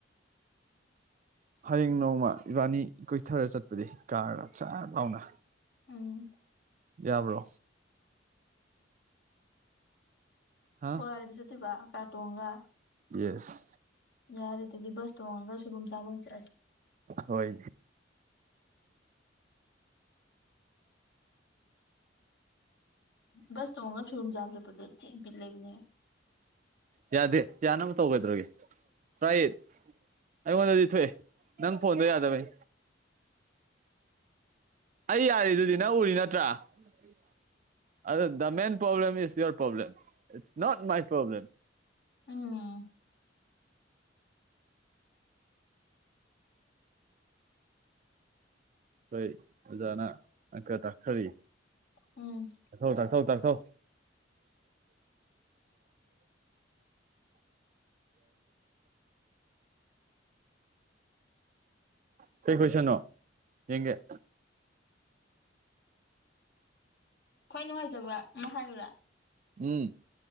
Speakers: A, on the right (about 45°); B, on the left (about 60°).
A: ꯍꯌꯦꯡ ꯅꯣꯡꯃ ꯏꯕꯥꯅꯤ ꯀꯣꯏꯊꯔ ꯆꯠꯄꯗꯤ ꯀꯥꯔꯒ ꯁꯠ ꯂꯥꯎꯅ
B: ꯎꯝ
A: ꯌꯥꯕ꯭ꯔꯣ ꯍꯥ
B: ꯕꯣꯔꯥꯂꯩꯕ ꯆꯠꯇꯣꯏꯕ ꯀꯥꯔꯇꯣꯡꯉꯒ
A: ꯌꯦꯁ
B: ꯌꯥꯔꯦ ꯗꯨꯗꯤ ꯕꯁ ꯇꯣꯡꯉꯒ ꯁꯣꯏꯕꯨꯝ ꯆꯕ ꯑꯣꯏꯅ ꯆꯠꯂꯖꯤ
A: ꯍꯣꯏ
B: ꯕꯁ ꯇꯣꯡꯉꯒ ꯁꯣꯏꯕꯨꯝ ꯆꯥꯕ ꯆꯠꯄꯗꯣ ꯊꯤ ꯕꯤꯠ ꯂꯩꯕꯅꯦ
A: ꯌꯥꯗꯦ ꯌꯥꯅꯕꯇꯧ ꯀꯩꯗꯧꯔꯒꯦ ꯇ꯭ꯔꯥꯏ ꯏꯠ ꯑꯩꯉꯣꯟꯗꯗꯤ ꯊꯣꯛꯑꯦ ꯅꯪ ꯐꯣꯟꯗꯣ ꯌꯥꯗꯕꯩ ꯑꯩ ꯌꯥꯔꯤꯗꯨꯗꯤ ꯅꯪ ꯎꯔꯤ ꯅꯠꯇ꯭ꯔꯥ <unintelligible> ꯑꯗꯨꯗ the main problem is your problem is not my problem
B: um
A: ꯑꯩꯈꯣꯏ ꯑꯣꯖꯥꯅ ꯑꯪꯀ ꯇꯥꯛꯊꯔꯤ
B: ꯎꯝ
A: ꯇꯥꯛꯊꯧ ꯇꯥꯛꯊꯧ ꯇꯥꯛꯊꯧ <unintelligible> <unintelligible> ꯀꯩ ꯀꯣꯏꯁꯟꯅꯣ ꯌꯦꯡꯒꯦ
B: ꯈ꯭ꯋꯥꯏ ꯅꯨꯡꯉꯥꯏꯇꯕ ꯑꯃ ꯍꯥꯏꯌꯨꯔꯥ
A: ꯎꯝ